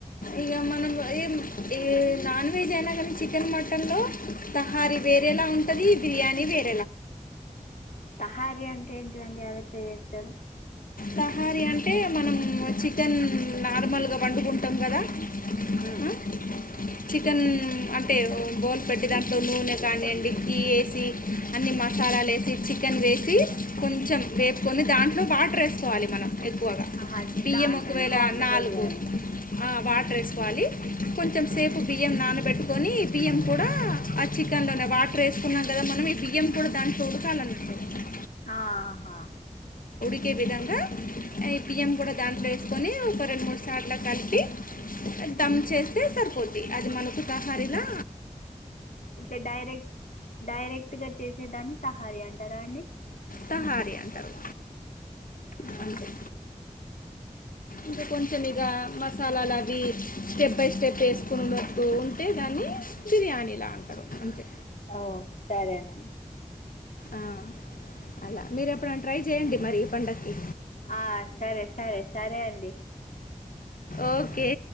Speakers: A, on the left; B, on the left.
A: ఇక మనం ఏ నాన్ వెజ్ అయినా కానీ చికెన్ మటన్ లో తహారీ వారేలా ఉంటది బిర్యానీ వేరే
B: తహార అంటే ఏంటిదండి అదట్లా చేస్తారు
A: తహారీ అంటే మనం చికెన్ నార్మల్గా వండుకుంటాం కదా
B: ఉమ్,
A: ఆ, చికెన్ అంటే బోన్ పెట్టి దాంట్లో నూనె కానీండి గీ ఏసి అన్ని మసాలాలు ఎసి చికెన్ వేసి కొంచెం వేపుకొని దాంట్లో వాటర్ వేసుకోవాలి మనం ఎక్కువగా
B: ఆహా
A: బియ్యం
B: దాంట్లోనే
A: ఒకవేల
B: వాటర్
A: నాలుగు
B: వేయాలి
A: వాటర్ వేసుకోవాలి కొంచెం
B: ఉమ్,
A: సేపు బియ్యం నానా పెట్టుకొని బియ్యం కూడా ఆ చికెన్ లోనే వాటర్ వేసుకున్నాం కదా మనం ఈ బియ్యం కూడా దాన్ని చూడకాల అ
B: ఆహా
A: ఉక్కే విధంగా ఈ బియ్యం కూడా దాంట్లో వేసుకొని ఒక రెండు మూడు సార్లు కలిపి దమ్
B: ఉమ్,
A: చేస్తే సరిపోద్ది అది మనకు తహారిలా
B: ఇట్లా డైరెక్ట్ డైరెక్ట్గా చేసేదాన్ని సహార అంటారా అండి
A: తాహారీ అంటారు
B: ఉమ్,
A: అంతే ఇంకా కొంచెం ఇక మసాలాలు అవి స్టెప్ బై స్టెప్ వేసుకున్నట్టు ఉంటే దాన్ని బిర్యానీలా అంటారు అంతే
B: ఓ సరే అనా
A: ఆ అలా మీరు ఎప్పుడు ట్రై చెయండి మరి పండగకి
B: ఆ సరే సరే సరే అండి
A: ఓకే